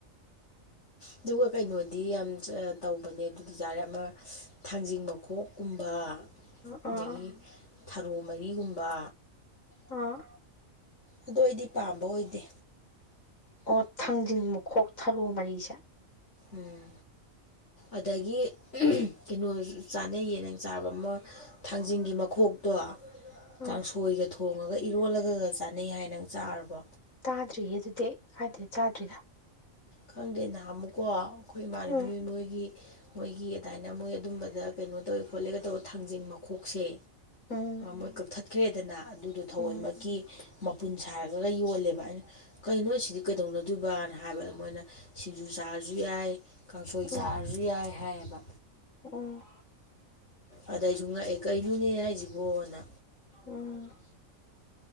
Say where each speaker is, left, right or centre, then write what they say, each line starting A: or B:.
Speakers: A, on the left (about 55°); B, on the left (about 75°).
A: ꯑꯗꯨꯒ ꯀꯩꯅꯣꯗꯤ ꯌꯥꯝ ꯇꯧꯕꯅꯦ ꯑꯗꯨꯗꯤ ꯆꯥꯔꯦ ꯑꯃ ꯊꯥꯡꯖꯤꯡ ꯃꯈꯣꯛꯀꯨꯝꯕ
B: ꯑꯥ
A: ꯑꯗꯒꯤ ꯊꯔꯣ ꯃꯔꯤꯒꯨꯝꯕ
B: ꯑ
A: ꯑꯗꯨ ꯑꯩꯗꯤ ꯄꯥꯝꯕ ꯑꯣꯏꯗꯦ
B: ꯑꯣ ꯊꯥꯡꯖꯤꯡ ꯃꯈꯣꯛ ꯊꯔꯣ ꯃꯔꯤꯁꯦ
A: ꯎꯝ ꯑꯗꯒꯤ ꯀꯩꯅꯣ ꯖꯨ ꯆꯥꯅꯩꯌꯦ ꯅꯪ ꯆꯥꯕ ꯑꯃ ꯊꯥꯡꯖꯤꯡꯒꯤ ꯃꯈꯣꯛꯇꯣ
B: ꯎꯝ
A: ꯀꯥꯡꯁꯣꯏꯒ ꯊꯣꯡꯉꯒ ꯏꯔꯣꯜꯂꯒꯒ ꯆꯥꯅꯩ ꯍꯥꯏ ꯅꯪ ꯆꯥꯔꯕ
B: ꯇꯥꯗ꯭ꯔꯤꯍꯦ ꯑꯗꯨꯗꯤ ꯑꯩ ꯀꯥꯏꯗꯩ ꯆꯥꯗ꯭ꯔꯤꯗ
A: ꯈꯪꯗꯦ ꯅꯍꯥꯝꯃꯨꯛꯀꯣ ꯈꯣꯏ ꯏꯃꯥꯟꯅꯕꯤ
B: ꯎꯝ
A: ꯃꯣꯏꯒꯤ ꯃꯣꯏꯒꯤ ꯑꯗꯥꯏꯅ ꯃꯣꯏ ꯑꯗꯨꯝꯕꯗ ꯀꯩꯅꯣ ꯇꯧꯋꯦ ꯈꯣꯠꯂꯦꯒ ꯇꯧꯕ ꯊꯥꯡꯖꯤꯡ ꯃꯈꯣꯛꯁꯦ
B: ꯎꯝ
A: ꯃꯣꯏ ꯀꯛꯊꯠꯈ꯭ꯔꯦꯗꯅ ꯑꯗꯨꯗꯣ ꯊꯋꯣꯏꯃꯛꯀꯤ
B: ꯎꯝ
A: ꯃꯄꯨꯟ ꯁꯥꯔꯒꯒ ꯌꯣꯜꯂꯦꯕ ꯑꯩꯅ ꯀꯩꯅꯣ ꯑꯁꯤꯗꯤ ꯀꯩꯗꯧꯅꯗꯣꯏꯕꯅ ꯍꯥꯏꯕ ꯑꯗ ꯃꯣꯏꯅ ꯁꯤꯡꯖꯨ ꯆꯥꯔꯖꯨ ꯌꯥꯏ ꯀꯥꯡꯁꯣꯏ
B: ꯎꯝ
A: ꯆꯥꯔꯖꯨ ꯌꯥꯏ ꯍꯥꯏꯌꯦꯕ
B: ꯎꯝ
A: ꯑꯗ ꯑꯩꯖꯨ ꯉꯛꯑꯦ ꯀꯩꯅꯣꯅꯦ ꯍꯩꯖꯤꯕꯣꯅ
B: ꯎꯝ